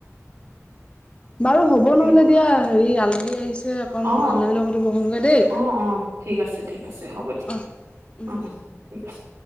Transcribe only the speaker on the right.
তাকে
অ',
অ', অ', ঠিক আছে ঠিক আছে হ'ব দিয়া
অ'। ঠিক আছে।